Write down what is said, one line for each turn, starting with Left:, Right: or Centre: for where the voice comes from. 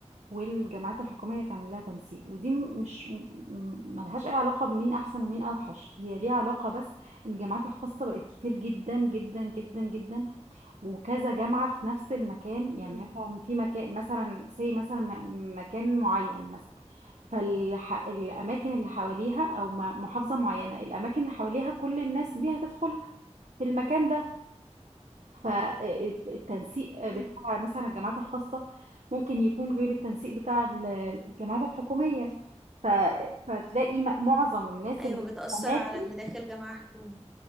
Right: والجامعات الحكومية يتعمل لها تنسيق ودي م- مش م- م- ملهاش أي علاقة بمين أحسن ومين أوحش هي ليها علاقة بس إن الجامعات الخاصة بقت كتير جدا جدا جدا جدا وكذا جامعة في نفس المكان يعني
Centre: مم.
Right: مثلا في مكان مثلا زي مثلا م- مكان معين مثلا فالأماكن اللي حواليها أو م- محافظة معينة الأماكن اللي حواليها كل الناس دي هتدخل في المكان ده فالتنسيق بتاع
Centre: مم.
Right: مثلا الجامعات الخاصة ممكن يكون غير التنسيق بتاع ال- الجامعات الحكومية ف... فتلاقي م- معظم الناس
Centre: ايوه
Right: اللي في
Centre: بتاثر
Right: الأماكن
Centre: على اللي داخل جامعه حكومي